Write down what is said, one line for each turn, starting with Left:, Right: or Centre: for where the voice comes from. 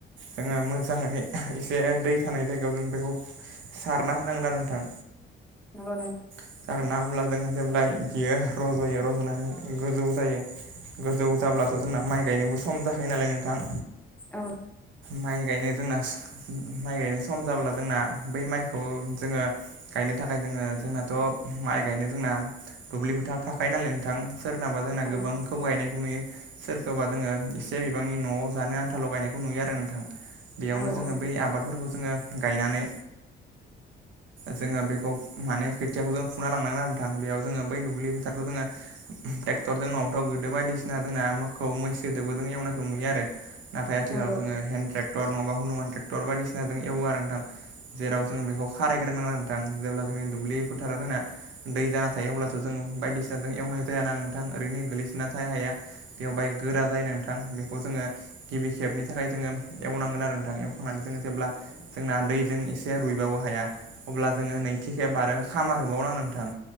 Right: जोङो मोजाङै एसे दै थानाय जायगायाव जों बेखौ सारना होनांगोन आरो नोंथां
Centre: नंगौ नों
Right: सारोना अब्ला जोङो जेब्ला बियो रज'यो रज'नानै गोजौ जायो गोजौ जाब्लाथ' जोंना माइ गायनोबो सम जाखायो नालाय नोंथां
Centre: औ
Right: माइ गायनो जोंना माइ गायनाय सम जाब्ला जोंना बै माइखौ जोङो गायनो थाखाय जोङो जोंनाथ' माइ गायनो जोंना दुब्लि फोथार थाखायो नालाय नोंथां सोरनाबा जोंना
Centre: नंगौ
Right: गोबांखौ
Centre: नंगौ
Right: गायनायखौ नुयो सोरखौबा जोङो एसे बिबांनि न'आव जानो आनथाल' गायनायखौ नुयो आरो नोंथां बेयावनो
Centre: औ
Right: जोङो
Centre: औ नंगौ औ नंगौ औ नंगौ औ
Right: बै आबादफोरखौ जोङो गायनानै जोङो बेखौ माने खोथियाखौ जों फुना लांनांगोन आरो नोंथां बेयाव जोङो बै दुब्लि फोथार थ' जोङो ट्रेक्टरजों नङाबाथ' गोदो बायदिसिना जोंना मोसौ मैसो दोबोजों एवनायखौ नुयो आरो नाथाय आथिखालाव
Centre: नंगौ
Right: हेन्द ट्रेक्टर नङाबा हनुमान ट्रेक्टर बायदिसिनाजों एवो आरो नोंथां जेराव जोङो बेखौ खारायग्रोनांगोन आरो नोंथां जेब्ला जोंनि दुब्लि फोथारा जोंना दै जाना थायो अब्लाथ' जोङो बायदिसि नाजों एवनाय जायाना नोंथां ओरैनो गोलैसोना थायो हाया बेवहाय बाङाइ गोरा जायो नोंथां बेखौ जोङो गिबि खेबनि थाखाय जोङो एवनांगोन आरो नोंथां एवखांनानै जोङो जेब्ला जोंना दैजों एसे रुइबावो हाया अब्ला जोङो नैथिखेब आरो खामार होबावनांगोन आरो नोंथां